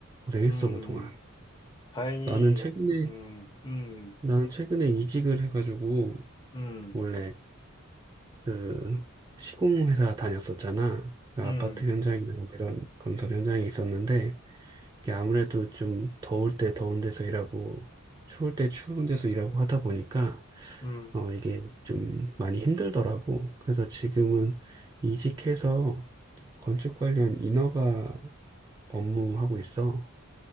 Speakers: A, on the right; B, on the left.
A: 고생했어,
B: 음,
A: 그동안.
B: 다행히,
A: 나는 최근에,
B: 음, 음,
A: 나는 최근에 이직을 해가지고
B: 음,
A: 원래 그 시공회사 다녔었잖아. 그
B: 음,
A: 아파트 현장이나 이런 건설 현장에 있었는데 이게 아무래도 좀 더울 때 더운 데서 일하고 추울 때 추운 데서 일하고 하다 보니까
B: 음,
A: 어 이게 좀 많이 힘들더라고. 그래서 지금은 이직해서 건축 관련 인허가 업무하고 있어.